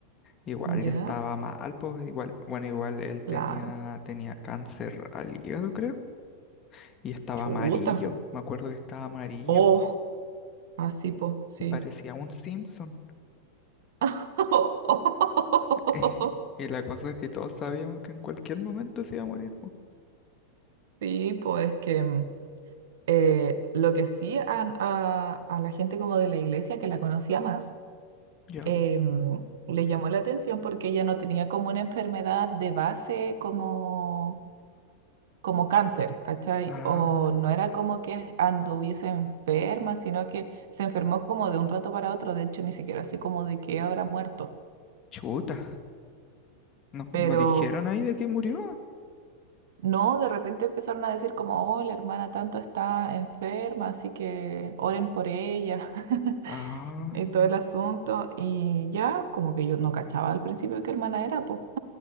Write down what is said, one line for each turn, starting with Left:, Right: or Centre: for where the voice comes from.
Left: Igual
Right: Ya,
Left: ya estaba mal, pues igual, bueno, igual él tenía,
Right: claro.
Left: tenía cáncer al hígado, creo, y estaba
Right: Chuta.
Left: amarillo, me acuerdo que estaba amarillo,
Right: Oh, así pues, sí.
Left: parecía un Simpson.
Right: <laughs>
Left: <laughs> Y la cosa es que todos sabíamos que en cualquier momento se iba a morir, pues.
Right: Sí, pues es que mm, eh, lo que sí a, a- a la gente como de la iglesia que la conocía más,
Left: Ya.
Right: eh, mm, le llamó la atención porque ella no tenía como una enfermedad de base como como cáncer, ¿cachai?
Left: Ah,
Right: O no era como que anduviese enferma, sino que se enfermó como de un rato para otro, de hecho ni siquiera sé como de qué habrá muerto,
Left: chuta. No,
Right: pero
Left: no dijeron ahí de que murió.
Right: no, de repente empezaron a decir como, oh, la hermana tanto está enferma, así que oren por ella. <laughs>
Left: Ah,
Right: Y todo el asunto, y ya como que yo no cachaba al principio qué hermana era, pues.